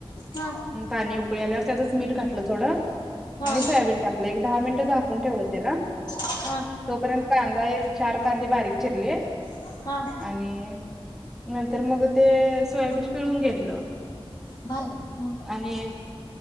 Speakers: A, on the left; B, in the centre.
A: हा
B: पाणी उकळी आल्यावर त्यातच मीठ घातलं थोडं
A: हा
B: आणि सोयाबीन टाकलं एक दहा मिनिटं झाकून ठेवलं त्याला
A: हा
B: तोपर्यंत कांदा एक चार कांदीे बारीक चिरली
A: हा
B: आणि तर मग ते
A: हा
B: सोयाबीन पिळून घेतलं
A: भारी हा
B: आणि